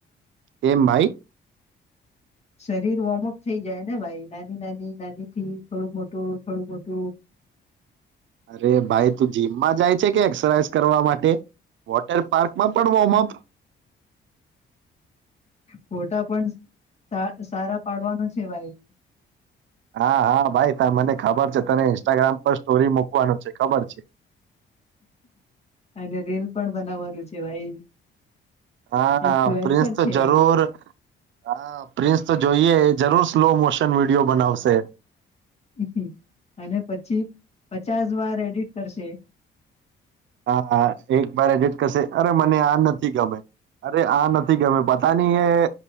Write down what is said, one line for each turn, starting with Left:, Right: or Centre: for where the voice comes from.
Right: કેમ ભાઈ.
Left: શરીર વોર્મઅપ થઈ. જાય ને ભાઈ નાની, નાની, નાની થી, થોડું મોટું, થોડું મોટું.
Right: અરે ભાઈ, તું જીમમાં જાય છે, કે એક્સરસાઇઝ. કરવા માટે વોટર, પાર્ક માં પણ વોર્મઅપ.
Left: ફોટા પણ સારા પાડવાનો છે, ભાઈ.
Right: હા, હા ભાઈ ત મને ખબર છે, તને ઇન્સ્ટાગ્રામ પર સ્ટોરી મુૂકવાનું છે, ખબર છે.
Left: અને રીલ પણ બનાવવાનું છે ભાઈ.
Right: હા
Left: ઇન્ફ્લુએન્સર
Right: પ્રિન્સ તો
Left: છે
Right: જરૂર
Left: અમે.
Right: હા પ્રિન્સ તો જોઈએ. જરૂર સ્લો મોશન વિડિયો બનાવશે.
Left: હ અને પછી પચાસ વાર એડિટ કરશે.
Right: હા એક વાર એજ જ કરશે અરે મને આ નથી ગમે. અરે આ નથી ગમે પતા નની એ